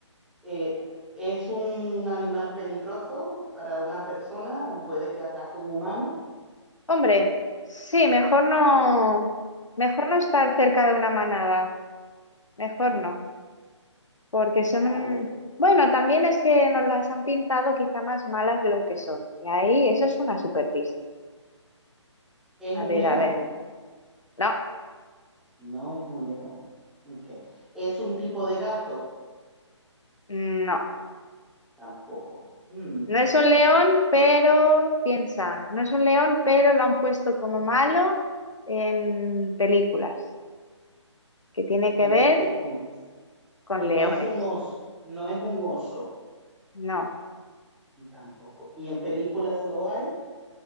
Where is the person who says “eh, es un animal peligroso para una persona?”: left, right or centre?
Centre